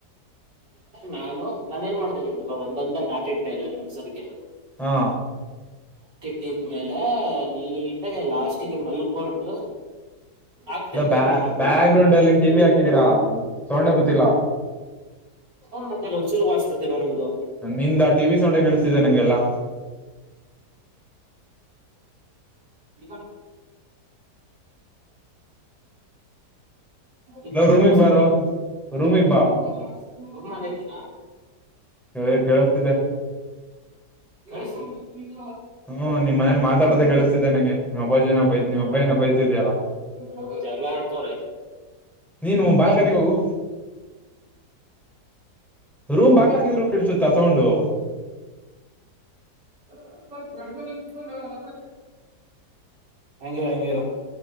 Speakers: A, on the right (about 80°); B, in the centre.
A: ನಾನು ನಾನ ಏನ್ ಮಾಡ್್ದ ಒಂದೊಂದ ಡಾಟ್ ಇಟ್ಟ ಇಲ್ಲ ಮುಗ್ಸೋದಕ್ಕೆ
B: ಹಾ
A: ಟ್ಟಿದ್ಮೇಲೆ ನೀಟಾಗಿ ಲಾಸ್ಟಿಗೆ ಮಲ್ಕೊಂಡು ಆಕ್ದೆ
B: ಇಲ್ಲ ಬ್ಯಾ
A: ಎಲ್ಲ ಡಟ್ನು
B: ಬ್ಯಾಕ್ ಗ್ರೌಂಡ್ ಅಲ್ಲಿ ಟಿವಿ ಹಾಕಿದೀರಾ ಸೌಂಡೆ ಬತ್ತಿಲ್ಲ
A: ಫೋನ್ ಬರ್ತಿದೆ ಒಂದು ಚೂರು ವಾಯ್ಸ್ ಬರ್ತಿಲ್ವ ನಿಮ್ದು
B: ನಿಂದ ಟಿವಿ ಸೌಂಡೆ ಕೇಳಿಸ್ತಿದೆ ನಂಗೆಲ್ಲಾ
A: ಇ ಈಗ
B: ಇಲ್ಲ
A: ಬರತೈತ
B: ರೂಮಿಗ್
A: ಸೌಂಡ್
B: ಬಾರೋ
A: <unintelligible>
B: ರೂಮಿಗ್ ಬಾ ಹ ಕೇಳಿಸತಿದೆ
A: ಕೇಳಸ್ತಿಲ್ವಾ
B: ಹ್ಮ್ ನಿಮ್ಮ ಮನೇಲಿ ಮಾತಾಡೋದ ಕೇಳಿಸ್ತಿದ್ದೆ ನಂಗೆ ನಿಮ್ಮ ಅಬ್ಬಾಜಿ ಬೈತ್ ನಿಮ್ಮ್ ಅಪ್ಪನ ಬೈತಿದ್ಯಲ್ಲ
A: ಹ ಜಗಳ ಆಡ್ತ
B: ನೀನು ಬಾಲ್ಕನಿಗೆ ಹೋಗು ರೂಮ್ ಬಾಗಲಾಕಿದ್ರು ಕೆಳ್ಸುತ್ತ ಸೌಂಡು
A: <unintelligible> ಹಂಗೆ ಹಂಗೆ ಇರು